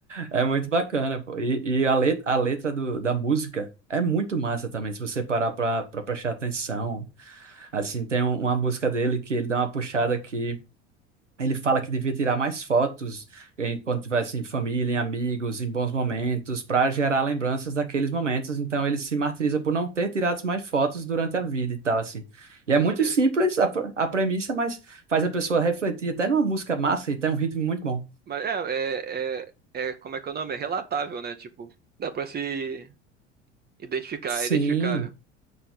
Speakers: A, on the right (about 80°); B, on the right (about 25°).
A: É muito bacana, pô. E, e a letra, a letra do, da música é muito massa também, se você parar pra, pra prestar atenção. Assim, tem um- uma música dele que ele dá uma puxada aqui. Ele fala que devia tirar mais fotos enquanto tivesse em família, em amigos, em bons momentos, para gerar lembranças daqueles momentos. Então ele se martiriza por não ter tirado mais fotos durante a vida e tal assim. E é muito
B: Maneiro.
A: simples a, a premissa, mas faz a pessoa refletir até numa música massa e tem um ritmo muito bom.
B: Mas é, é, é, é- como é que é o nome? É relatável, né? Tipo, dá pra se identificar,
A: Sim,
B: é identificável.